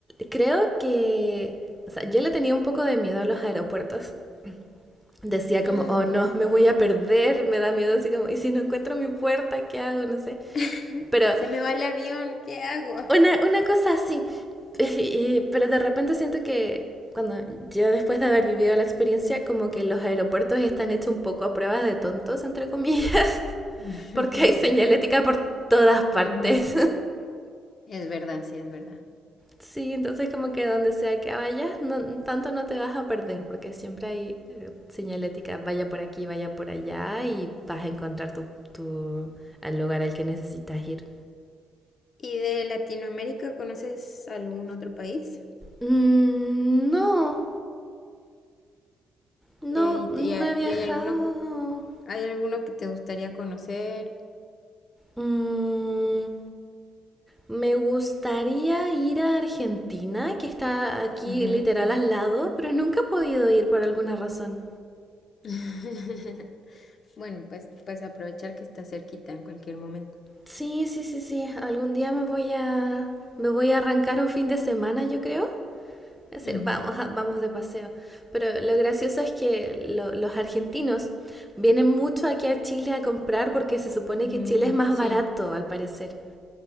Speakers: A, in the centre; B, on the left.
A: creo que, o sea, yo le tenía un poco de miedo a los aeropuertos. Decía como,
B: Mm,
A: oh no, me voy a perder, me da miedo así como, ¿y si no encuentro mi puerta, qué hago? No sé.
B: <laughs>
A: Pero
B: Si se me va el avión, ¿qué hago?
A: una, una cosa así. <laughs> Y- pero de repente siento que cuando yo después de haber vivido la experiencia, como que los aeropuertos están hechos un poco a pruebas de tontos, entre comillas, <laughs>
B: <laughs>
A: porque
B: Es
A: hay señalética
B: ver-
A: por todas partes.
B: Ujú, Es verdad, sí, es verdad.
A: Sí, entonces como que donde sea que vayas, no, tanto no te vas a perder, porque siempre hay eh, señalética, vaya por aquí, vaya por allá, y vas a encontrar tu, tu, al lugar al que necesitas ir.
B: ¿Y de Latinoamérica conoces algún otro país?
A: Mm, no, no,
B: Eh, ¿y,
A: no
B: te- y a-
A: he viajado.
B: y hay alguno, hay alguno que te gustaría conocer?
A: Mm, me gustaría ir a Argentina, que está aquí
B: Ujú.
A: literal al lado, pero nunca he podido ir por alguna razón.
B: <laughs> Bueno, pues, pues aprovechar que está cerquita en cualquier momento.
A: Sí, sí, sí, sí. Algún día me voy a me voy a arrancar un fin de semana, yo creo. Es decir,
B: Ujú.
A: vamos, a- vamos de paseo. Pero lo gracioso es que lo- los argentinos vienen mucho aquí a Chile a comprar porque se supone
B: Mm,
A: que Chile es más
B: sí,
A: barato, al parecer.